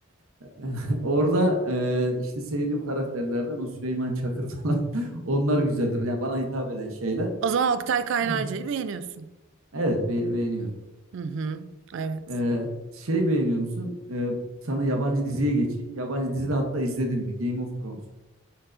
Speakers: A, on the right; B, on the right.
A: <laughs> Orada e, işte sevdiğim karakterlerden o Süleyman Çakır falan <laughs> onlar güzeldir. Ya bana hitap eden şeyler.
B: O zaman Oktay Kaynarca'yı
A: Ah,
B: beğeniyorsun.
A: Evet be- beğeniyorum.
B: Hı hı. Evet.
A: E, şey beğeniyor musun? E, sana yabancı diziye geçeyim. Yabancı dizi de hatta izledin mi? Game of Thrones.